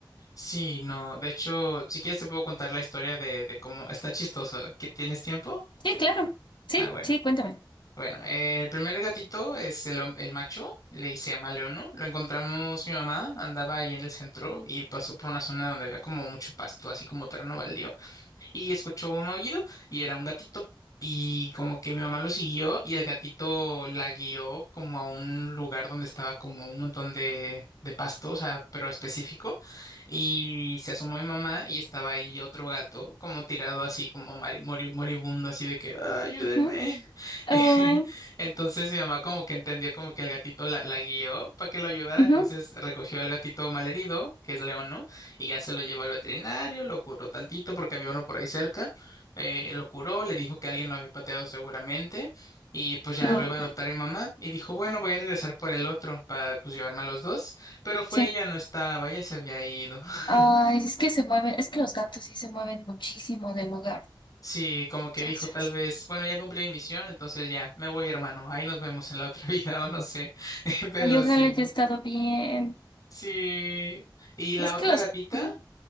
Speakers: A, on the left (about 50°); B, on the left (about 70°).
A: Sí, no, de hecho, si quieres te puedo contar la historia de, de cómo está chistoso. ¿Que tienes tiempo?
B: Sí, claro. Sí,
A: Ah, bueno.
B: sí, cuéntame.
A: Bueno, eh, el primer gatito es el, hom- el macho, le se llama Leono. Lo encontramos mi mamá, andaba ahí en el centro y pasó por una zona donde había como mucho pasto, así como terreno baldío y escuchó un aullido y era un gatito. Y como que mi mamá lo siguió y el gatito la guió como a un lugar donde estaba como un montón de, de pasto, o sea, pero específico. Y se asomó mi mamá y estaba ahí otro gato como tirado así como mari- mori- moribundo, así de que, "Ah, ayúdenme.
B: Ujú. Ay,
A: <laughs> Entonces mi mamá como que entendió como que el gatito la, la guió para que lo ayudara,
B: ujú.
A: entonces recogió al gatito malherido, que es León, ¿no? Y ya se lo llevó al veterinario, lo curó tantito porque había uno por ahí cerca, eh, lo curó, le dijo que alguien lo había pateado seguramente y pues ya
B: Lo-
A: lo iba a adoptar mi mamá y dijo, bueno, voy a regresar por el otro para pues llevarme a los dos, pero fue
B: sí.
A: ella, no estaba, ya se había ido. <laughs>
B: Ay, es que se mueven, es que los gatos sí se mueven muchísimo del hogar.
A: Sí, como
B: Entonces,
A: que dijo tal vez, bueno, ya cumplí mi misión, entonces ya, me voy hermano, ahí nos vemos en la otra <laughs> vida o no sé, <laughs> pero
B: ay, ojalá
A: sí,
B: haya estado bien.
A: sí. Y la
B: Es
A: otra
B: que los,
A: gatita.
B: ujú,